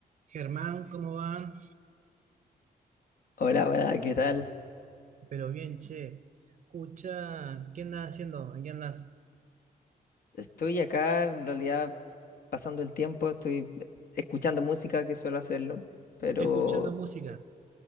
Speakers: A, on the right; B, on the left.
A: Germán, ¿cómo va?
B: Hola, hola, ¿qué tal?
A: Pero bien, che. Escucha, ¿qué andas haciendo? ¿En ¿Qué andas?
B: Estoy acá en realidad pasando el tiempo, estoy escuchando música que suelo hacerlo, pero
A: Escuchando música.